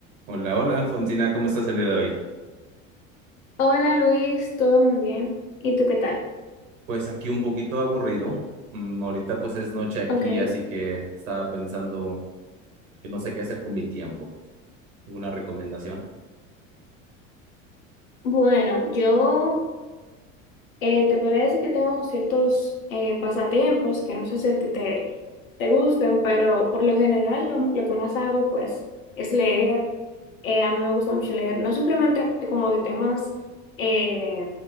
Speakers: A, on the right; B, on the left.
A: Hola, hola Alfonsina, ¿cómo estás el día de hoy?
B: Hola Luis, todo muy bien. ¿Y tú qué tal?
A: Pues aquí un poquito aburrido. Mm, ahorita pues es noche aquí,
B: Ok.
A: así que estaba pensando que no sé qué hacer con mi tiempo. ¿Alguna recomendación?
B: Bueno, yo eh, te podría decir que tengo ciertos eh, pasatiempos que no sé si a ti te, te gusten, pero por lo general lo, lo que más hago pues es leer. Eh, a mí me gusta mucho leer, no simplemente como de temas eh,